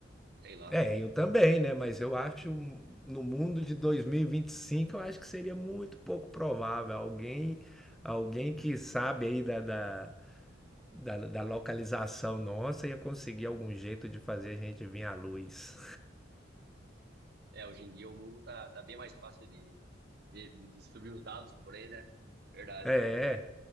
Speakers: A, on the right; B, in the centre.
A: Sei lá.
B: É, eu também, né? Mas eu acho, no mundo de 2025, eu acho que seria muito pouco provável alguém, alguém que sabe aí da, da, da, da localização nossa ia conseguir algum jeito de fazer a gente vir à luz.
A: É, hoje em dia o mundo tá, tá bem mais fácil de, de, de distribuir os dados por aí, né? Verdade.
B: É. é.